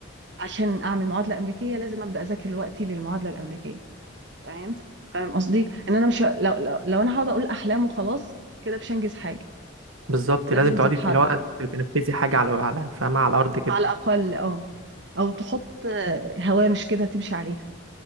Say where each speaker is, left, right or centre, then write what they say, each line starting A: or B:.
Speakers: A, on the right; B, on the right.
A: عشان أعمل معادلة أمريكية لازم أبدأ أذاكر دلوقتي للمعادلة الأمريكيه فاهم؟ فاهم قصدي؟ إن أنا مش لو لو, لو أنا هقعد أقول أحلام وخلاص كده مش هنجز حاجة
B: بالظبط
A: لازم
B: لازم تقعدي
A: تتحرك
B: اللي هو تنفذي حاجه على على فاهمه على الارض كده
A: على الأقل اه أو تحط آه، هوامش كده تمشي عليها